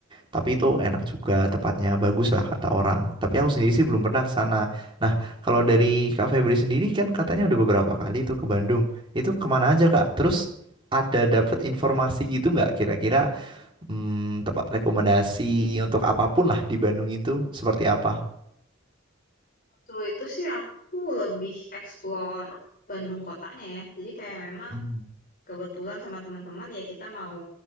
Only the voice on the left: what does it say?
Waktu itu sih aku lebih explore Bandung kotanya ya. Jadi kayak memang
kebetulan sama teman-teman ya kita mau